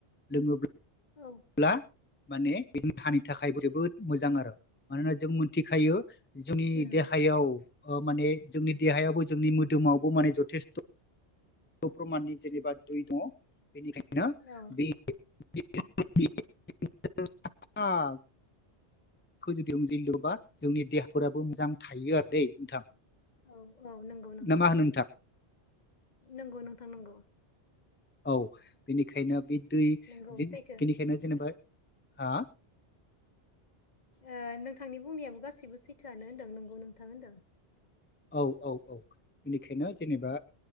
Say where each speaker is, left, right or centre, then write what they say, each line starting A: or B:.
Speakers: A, on the left; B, on the left.
A: लोङोबा
B: औ
A: ब्ला माने बे देहानि थाखाय जोबोद मोजां आरो मानोना जों मोनथिखायो जोंनि
B: उम
A: देहायाव ओ माने जोंनि देहायाबो जोंनि मोदोमावबो माने जथेस्थ प्रमाननि जेनेबा दै दङ बेनिखायनो
B: औ
A: बे <unintelligible> बेखौ जुदि जै लोबा जोंनि देहाफोराबो मोजां थायो आरो दे नोंथां
B: औ औ नोंगौ नोंथां
A: ना मा होनो
B: नोंगौ नोंथां नोंगौ
A: औ बेनिखायनो बे दै
B: नंगौ
A: बेनिखायनो
B: सैथो
A: जेनेबा आ <inaudible>
B: ओ नोंथांनि बुंनायाबो गासैबो सैथोयानो होनदों नोंगौ नोंथां होनदों
A: औ औ औ बेनिखायनो जेनेबा